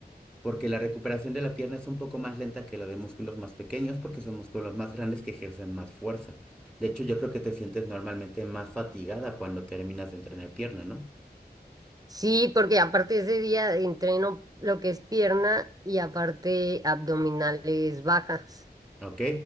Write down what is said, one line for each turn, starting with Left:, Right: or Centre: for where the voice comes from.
Centre: porque la recuperación de la pierna es un poco más lenta que la de músculos más pequeños, porque son músculos más grandes que ejercen más fuerza. De hecho, yo creo que te sientes normalmente más fatigada cuando terminas de entrenar pierna, ¿no?
Right: Sí, porque aparte ese día entreno lo que es pierna y aparte abdominales bajas.
Centre: Ok,